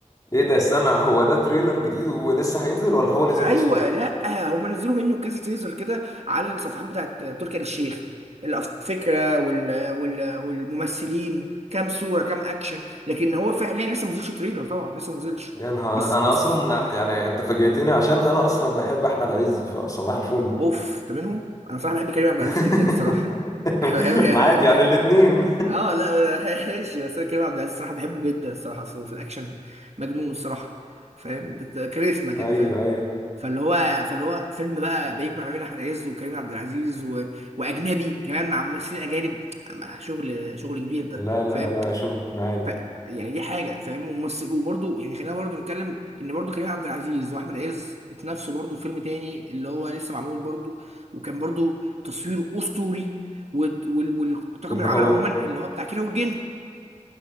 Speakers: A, on the left (about 25°); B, on the right (about 55°).
A: ايه ده استنى هو ده تريلر جديد ولسه هينزل ولا هو نزل
B: ايوه
A: اصلا؟
B: لا هم نزلوا منه كذا تيزر كده على الصفحات بتاعت تركي آل الشيخ الفكره وال... وال... والممثلين كام صوره كام اكشن لكن هو فعليا لسه ما نزلش تريلر طبعا لسه ما نزلش
A: يا نهار
B: بس
A: انا
B: بس
A: اصلا يعني انت فاجئتني عشان انا اصلا بحب احمد عز فصباح الفل
B: اوف ده منهم انا صراحه بحب كريم عبد
A: <laughs>
B: العزيز جدا الصراحه <laughs> انا بحب انا
A: معادي
B: بحب
A: يعني
B: كريم
A: الاتنين
B: اه لا <laughs> ماشي بس انا كريم عبد العزيز الصراحه بحبه جدا الصراحه أصل هو في الاكشن مجنون الصراحه فاهم بت- كاريزما كده
A: ايوه
B: فاهم
A: ايوه
B: فاللي هو فاللي هو فيلم بقى بيجمع ما بين احمد عز وكريم عبد العزيز و... واجنبي كمان مع ممثلين اجانب مع شغل شغل كبير ده
A: لا لا
B: فاهم
A: لا شغل عالي
B: ف... يعني دي حاجه فاهم وممثل وبرده يعني خلينا برده نتكلم ان برده كريم عبد العزيز واحمد عز اتنافسوا برده في فيلم تاني اللي هو لسه معمول برده وكان برده تصوير اسطوري وت- وال... والطاقم
A: اللي
B: العمل
A: هو
B: عموما اللي هو بتاع كيرة والجن